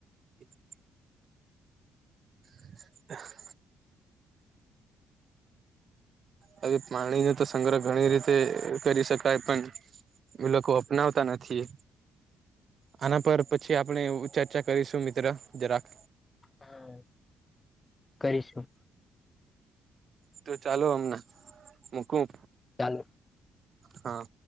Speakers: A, on the right; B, on the left.
A: <inaudible> <inaudible> હવે પાણી નો તો સંગ્રહ ઘણી રીતે કરી શકાય પણ એ લોકો અપનાવતા નથી. આના પર પછી આપણે ચર્ચા કરીશું મિત્ર જરાક.
B: હા. કરીશું.
A: તો ચાલો અમના. મુંકું.
B: ચાલો
A: હા